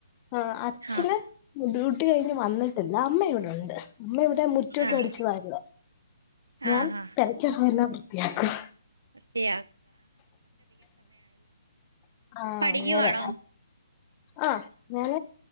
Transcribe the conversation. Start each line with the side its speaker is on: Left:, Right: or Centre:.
Left: ആ അച്ഛന്
Right: ആഹ്
Left: ഡ്യൂ ട്ടി കഴിഞ്ഞ് വന്നിട്ടില്ല അമ്മ ഇവിടെ ഉണ്ട് അമ്മ ഇവിടെ മുറ്റൊക്കെ
Right: ആഹ്
Left: അടിച്ചു വാരുവാ ഞാൻ
Right: ആഹ്
Left: പേരക്കഹമെല്ലാം വൃ വൃത്തിയാക്കുവാ
Right: അതെയ
Left: ആഹ്‌
Right: പഠിക്കുവാണോ
Left: അങ്ങനെ ആഹ്‌ ഞാൻ